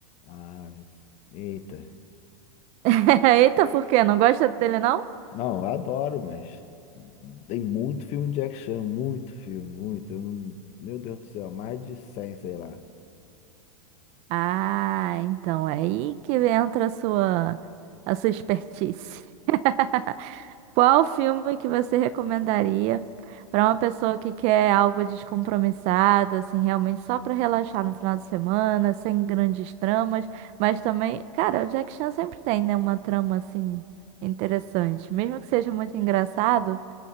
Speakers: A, on the left; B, on the right.
A: Ah, eita.
B: <laughs> Eita, por quê? Não gosta dele, não?
A: Não, eu adoro, mas tem muito filme de Jack muito filme, muito. Eu não- Meu Deus do céu, mais de 100, sei lá.
B: Ah, então é aí que entra a sua, a sua expertise. <laughs> Qual filme que você recomendaria para uma pessoa que quer algo descompromissado, assim, realmente só para relaxar no final de semana, sem grandes tramas, mas também, cara, o Jack Chan sempre tem, né, uma trama assim interessante, mesmo que seja muito engraçado,